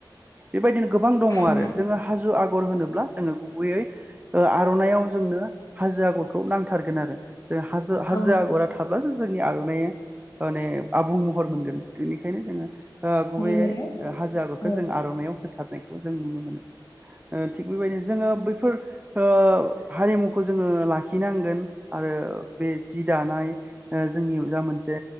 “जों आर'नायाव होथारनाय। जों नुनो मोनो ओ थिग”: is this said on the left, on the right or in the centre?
Right